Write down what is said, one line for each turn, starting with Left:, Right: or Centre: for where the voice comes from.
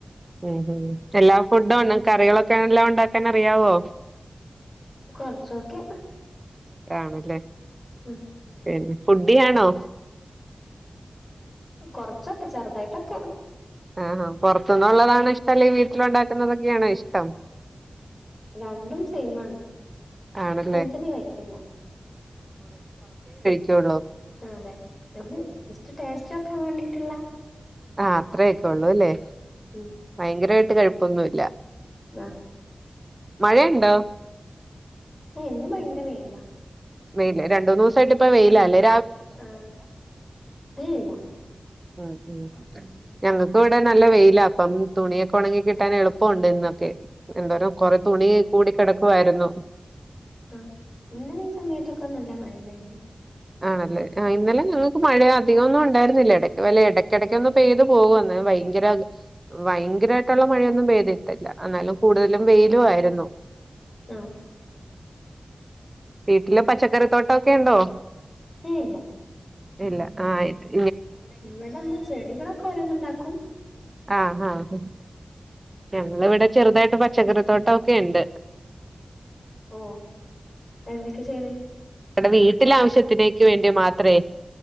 Right: ഇഹിം എല്ലാ ഫുഡ്ഡും ഒൺ കറികളൊക്കെ എല്ലാം ഒണ്ടാക്കാനറിയാവോ?
Left: കൊറച്ചൊക്കെ
Right: ആണല്ലേ
Left: ഉം
Right: പിന്നെ ഫു ഡ്ഡിയാണോ?
Left: കൊറച്ചൊക്കെ ചെറുതായ്ട്ടൊക്കെ.
Right: ആഹാ പൊറത്തുന്നൊള്ളതാണോ ഇഷ്ട്ടം അല്ലെങ്കിൽ വീട്ടിലൊണ്ടാ ക്കുന്നതൊക്കെയാണോ ഇഷ്ട്ടം?
Left: രണ്ടും സെയ്മാണ്.
Right: ആണല്ലേ
Left: കൂടുതല് കഴിക്കില്ല.
Right: ക്കൊള്ളു.
Left: ആ അതെ മ്മള് ജസ്റ്റ്‌ ടേസ്റ്റ്ഓകൻ വാണ്ടി ട്ട്ള്ള
Right: അഹ് അത്രെക്കെ ഒള്ള് ഇല്ലേ
Left: ഉം
Right: ഫയങ്കരട്ട് കഴിപ്പൊനുല്ല
Left: ആ
Right: മഴ ഒണ്ടോ
Left: ഇന്ന് ഭയങ്കര വെയില
Right: വെയിൽ രണ്ടുന്നുസൈട്ടിപ്പോ വെയിലല്ലെ
Left: ആ ഇല്ല
Right: മ്മ് മ്മ് ഞങ്ങൾക്കുംവിടാ നല്ല വെയില അപ്പം തുണിക ഓണങ്ങികിട്ടാൻ എളുപ്പോണ്ട് ഇന്നൊക്കെ ന്തൊരു കൊറേതുണി കൂടി കെടക്കുവാരുന്നു
Left: അഹ് ഇന്നലെ ഈ സമയത്തൊക്കെ നല്ല മഴണ്ടെരുന്നു
Right: ആണല്ലേ അഹ് ഇന്നലെ <unintelligible> മഴ അതിക്കൊന്നൊ ണ്ടായിരുന്നില്ല എടക്ക് വല്ല എടയ്ക്കെടക്കൊന്നു പെയ്തു പോവും ന്ന് വയങ്കര വയങ്കരായിട്ടുള്ള മഴയൊന്നും പെയ്തിട്ടില്ല എന്നാലും കൂടുതലും വെയിലു ആയിരുന്നു
Left: ആഹ്
Right: വീട്ടില് പച്ചകറി തോട്ടോക്കെ ഒണ്ടോ
Left: ഏ ഇല്ല
Right: ഇല്ല ആയ <unintelligible>
Left: ഇവടെന്താ ചെടികളക്കെ ഓരോന്നൊണ്ടാക്കും
Right: ആഹ് അഹ് ഹ് ഞങ്ങളിവിടെ ചെറുതായിട്ട് പ പച്ചക്കറി തോട്ടോ ഒക്കെ ഇണ്ട്
Left: ഓ എന്തക്കേ ചെയ്തു
Right: വീട്ടില് ആവിശ്യത്തിനേക്ക് വേണ്ടി മാത്രേ